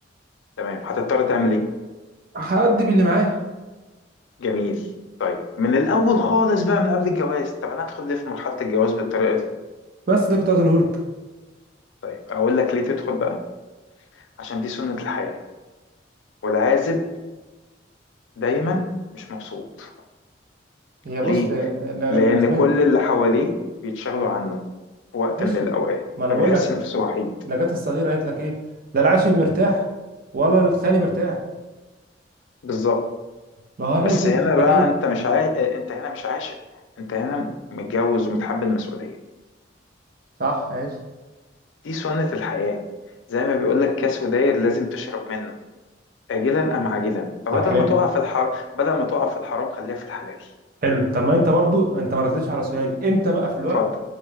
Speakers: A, on the left (about 80°); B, on the right (about 50°).
A: تمام هتضطر تعمل ايه
B: هأدي باللي معايا
A: جميل طيب من الاول خالص بقى من قبل الجواز طب انا ادخل ليه في مرحله الجواز بالطريقه دي
B: بس ده كنت عايز اقوله لك
A: طيب اقول لك ليه تدخل بقى عشان دي سنه الحياه والعازب دايما مش مبسوط
B: هي بص
A: ليه
B: انا
A: لان
B: أنا اسمعي
A: كل اللي حواليه بيتشغلوا عنه في وقت
B: ماشي
A: من الاوقات
B: ما انا
A: فبيحس
B: بقول لك
A: نفسه وحيد
B: نجاة الصغيره قالت لك ايه لا العاشق مرتاح ولا الخالي مرتاح
A: بالظبط
B: ما هو احنا
A: بس
B: الاثنين
A: هنا
B: مرتاحين
A: بقى انت مش عاي... انت هنا مش عاشق انت هنا متجوز ومتحمل مسؤوليه
B: صح ماشي
A: دي سنه الحياه زي ما بيقول لك كاس وداير لازم تشرب منه آجلا أم عاجلا فبدل
B: طب حلو
A: ما تقع في الحرام بدل ما تقع في الحرام خليها في الحلال
B: حلو طب ما انت برضو انت ما ردتش على سؤالي امتى بقى في الوقت
A: اتفضل